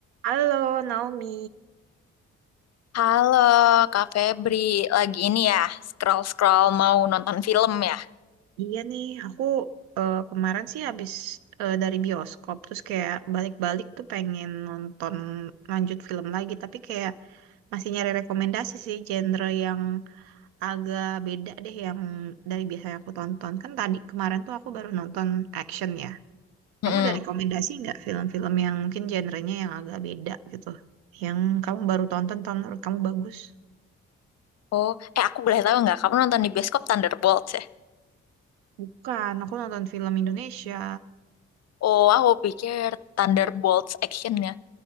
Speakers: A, on the right (about 75°); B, on the left (about 45°).
A: Halo Naomi,
B: Halo, Kak Febri. Lagi ini ya, scroll-scroll mau nonton film ya?
A: iya nih aku eh, kemarin sih habis eh, dari bioskop terus kayak balik-balik tuh pengen nonton lanjut film lagi tapi kayak masih nyari rekomendasi sih genre yang agak beda deh yang dari biasanya aku tonton kan tadi kemarin tuh aku baru nonton action ya kamu
B: Mm-mm.
A: ada rekomendasi nggak film-film yang mungkin genrenya yang agak beda gitu yang kamu baru tonton tonton menurut kamu bagus?
B: Oh, eh aku boleh tahu nggak, kamu nonton di bioskop Thunderbolts ya?
A: Bukan, aku nonton film Indonesia.
B: Oh, aku pikir Thunderbolts actionnya.